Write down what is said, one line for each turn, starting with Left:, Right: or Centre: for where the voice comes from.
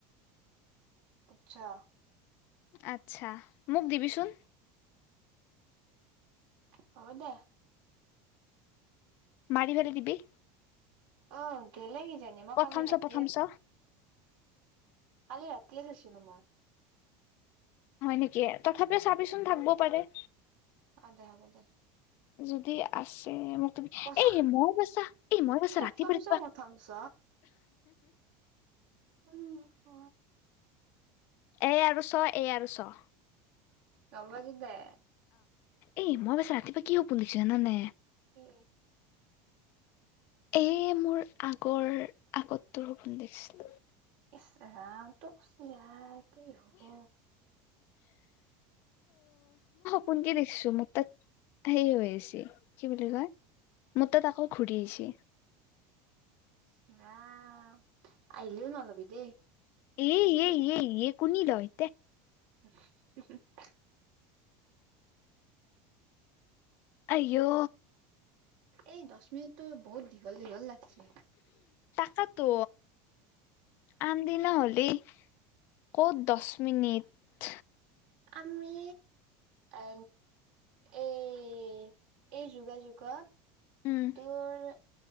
Right: আচ্ছা।
Left: আচ্ছা। মোক দিবিচোন।
Right: হয় দে।
Left: মাৰিলে দি দিবি।
Right: অ' গেলে যেনে মই
Left: প্ৰথম
Right: কালি ৰাতিয়ে
Left: চ প্ৰথম চ
Right: কালি ৰাতিয়ে চাইছিলো মই।
Left: হয় নেকি, তথাপিও চাবিচোন থাকবও পাৰে।
Right: অ', দে হ'ব দে।
Left: যদি আছে মোক
Right: প্ৰথম
Left: এই মই বছা, এই মই বছা
Right: প্ৰথম
Left: ৰাতিপুৱা
Right: চ
Left: ৰাতিপুৱা
Right: প্ৰথম চ উম অ
Left: এ আৰু চ, এ আৰু চ।
Right: গম পাইছো দেই।
Left: এ মই বছা ৰাতিপুৱা কি সপোন দেখিছো জানানে?
Right: কি?
Left: এ মোৰ আগৰ আগতোৰ সপোন দেখিছিলো।
Right: ইছ ৰাম তোৰ যি আৰু। কি হ'ব?
Left: শুন কি দেখিছো মোৰ তাত সেই হৈ আছে কি
Right: হা?
Left: বুলি কয় মোৰ তাত আকৌ ঘূৰি আহিছে।
Right: ইছ ৰাম আহিলেও নহলবি দেই।
Left: এ এ এ এ কোনি লয়?
Right: <inaudible>
Left: আয়ো
Right: এই দহ মিনিটটো বহুত দীঘল দীঘল লাগিছে
Left: তাকেই তো আনদিনা হ'লেই ক'ত দহ মিনিট
Right: আমি এ এই এই যোগাযোগত
Left: উম
Right: তোৰ